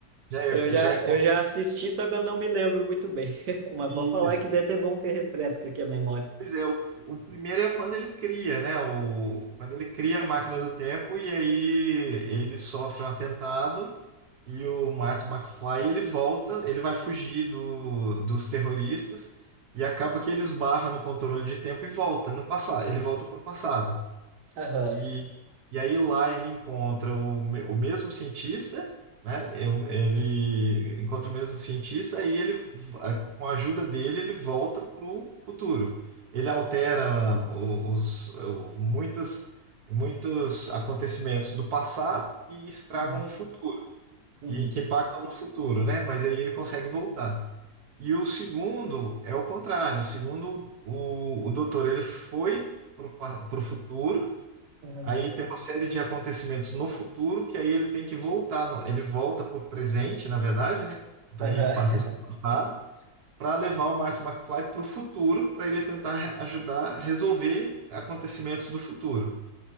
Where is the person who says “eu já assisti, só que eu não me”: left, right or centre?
Right